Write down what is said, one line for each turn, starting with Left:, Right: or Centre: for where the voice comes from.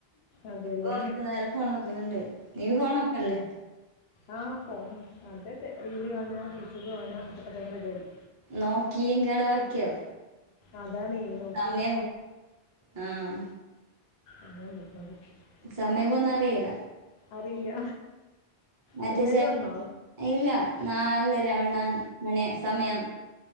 Left: അതേല്ലേ
Right: കൊറ്ച്ചു നേരം ഫോണോക്ക്ന്ന്ണ്ടെയ്, നീ ഫോണൊക്കല്ലെ?
Left: ആഹ് ഫോണ് അതെ അതെ റീല് കാണ യൂട്യൂബ് കാണ അതൊക്കെ തന്നെ പരിപാടി,
Right: നോക്കീം കടവാക്ക്യോ
Left: അതാണേ നോക്കിയ
Right: സമയം പോ ആഹ്,
Left: അങ്ങനെ പൊയ്കോണ്ട്ക്ന്ന്,
Right: സമയം പോന്ന അറിയേല,
Left: അറിയില്ല,
Right: മറ്റെ
Left: പിള്ളേര്
Right: ച
Left: വന്നോ?
Right: ഇല്ല നാലരവണ്ണ മണി സമയം,